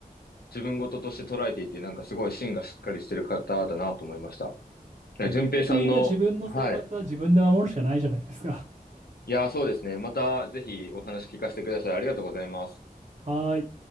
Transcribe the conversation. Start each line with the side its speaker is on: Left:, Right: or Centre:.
Left: 自分事として捉えていて、なんかすごい芯がしっかりしてる方だなと思いました。ね順平さんの、
Right: でも結局みんな自分の生活は自分で守るしかないじゃないですか。
Left: はい。いや、そうですね。またぜひお話聞かせてください。ありがとうございます。
Right: <laughs> はい。